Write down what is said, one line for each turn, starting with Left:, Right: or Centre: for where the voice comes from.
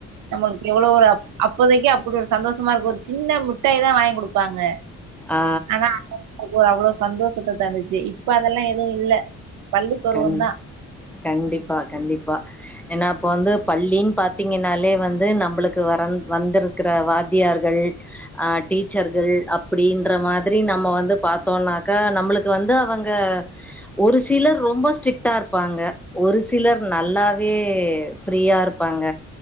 Right: நம்மளுக்கு எவ்ளோ ஒரு அப்போதைக்கி அப்டி ஒரு சந்தோஷமாருக்கு ஒரு சின்ன மிட்டாய் தா வாய்ன் குடுப்பாங்க
Centre: ஆ
Right: ஆனா அதுக்கு ஒரு அவ்ளோ சந்தோஷத்த தந்துச்சு இப்ப அதெல்லா எது இல்ல பள்ளி பருவந்தா
Centre: கண் கண்டிப்பா கண்டிப்பா ஏனா அப்ப வந்து பள்ளின்னு பாத்தீங்கனாலே வந்து நம்ளுக்கு வர வந்திருக்கிற வாத்தியார்கள் ஆ டீச்சர்கள் அப்டின்ற மாதிரி நம்ம வந்து பாத்தோனாக்கா நம்ளு க்கு வந்து அவங்க ஒரு சிலர் ரொம்ப ஸ்ட்ரிக்ட்டாருப்பாங்க ஒரு சிலர் நல்லாவே ஃப்ரீயாரு ப்பாங்க